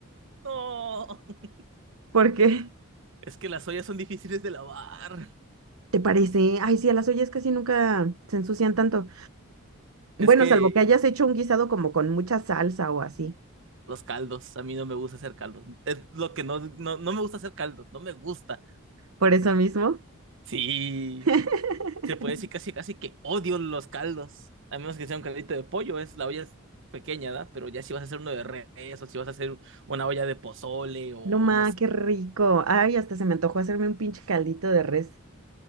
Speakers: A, on the right; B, on the right.
A: No, <laughs>
B: ¿Por qué?
A: es que las ollas son difíciles de lavar.
B: ¿Te parece? Ay, sí, a las ollas casi nunca se ensucian tanto.
A: Es
B: Bueno,
A: que
B: salvo que hayas hecho un guisado como con mucha salsa o así.
A: los caldos, a mí no me gusta hacer caldos. Es lo que no, no, no me gusta hacer caldos, no me gusta.
B: Por eso mismo.
A: Sí.
B: <laughs>
A: se puede decir casi casi que odio los caldos, a menos que sea un caldito de pollo, es la olla es pequeña, ¿verdad? Pero ya si vas a hacer uno de res o si vas a hacer una olla de pozole o
B: No ma,
A: no sé.
B: qué rico. Ay, hasta se me antojó hacerme un pinche caldito de res.